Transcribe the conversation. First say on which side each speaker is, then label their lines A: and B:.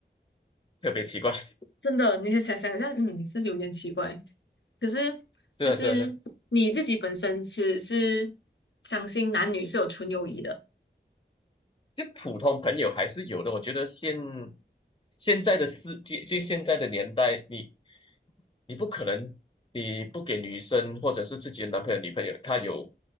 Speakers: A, on the left; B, on the left.
A: 特别奇怪，<laughs>
B: 真的，你想想一下，嗯，是有点奇怪。可是就是你自己本身是是
A: 是啊是啊是啊
B: 相信男女是有纯友谊的，
A: 就普通朋友还是有的。我觉得现现在的世界，就现在的年代，你你不可能你不给女生或者是自己的男朋友、女朋友，他有